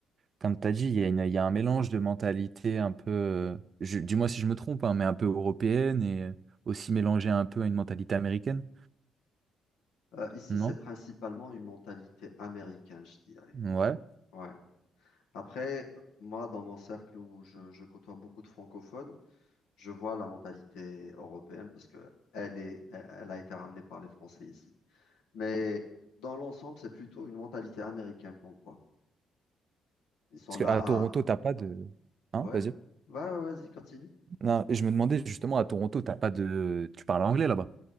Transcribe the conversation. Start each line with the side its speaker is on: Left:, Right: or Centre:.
Right: comme tu as dit, il y a une- il y a un mélange de mentalité un peu, euh, je- dis-moi si je me trompe, hein, mais un peu européenne et aussi mélangée un peu à une mentalité américaine,
Left: Euh, ici,
Right: non?
Left: c'est principalement une mentalité américaine, je dirais.
Right: Ouais.
Left: Ouais. Après, moi, dans mon cercle où je, je côtoie beaucoup de francophones, je vois la mentalité européenne parce que elle est, elle elle a été ramenée par les Français ici. Mais dans l'ensemble, c'est plutôt une mentalité américaine qu'on voit. Ils sont
Right: Parce
Left: là
Right: qu'à Toronto, t'as pas de...
Left: Ouais,
Right: Hein, vas-y.
Left: Va- vas-y, continue.
Right: Non, je me demandais justement, à Toronto, t'as pas de... Tu parles anglais là-bas.